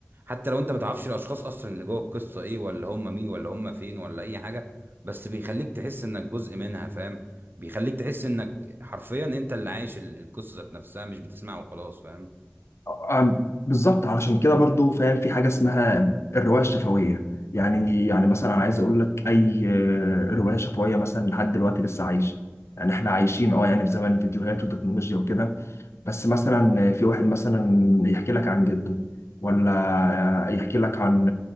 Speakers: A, on the right (about 50°); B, on the left (about 70°).
A: حتى لو انت ما تعرفش الاشخاص اصلا اللي جوه القصه ايه ولا هم مين ولا هم فين ولا اي حاجه بس بيخليك تحس انك جزء منها فاهم بيخليك تحس انك حرفيا انت اللي عايش ال- القصه ذات نفسها مش بتسمعها وخلاص فاهم
B: أم- بالظبط علشان كده برضو فاهم في حاجه اسمها الروايه الشفويه يعني يعني مثلا انا عايز اقول لك اي آه، روايه شفويه مثلا لحد دلوقتي لسه عايشه يعني احنا عايشين اه يعني في زمن الفيديوهات والتكنولوجيا وكده بس مثلا في واحد مثلا يحكي لك عن جده ولا يحكي لك عن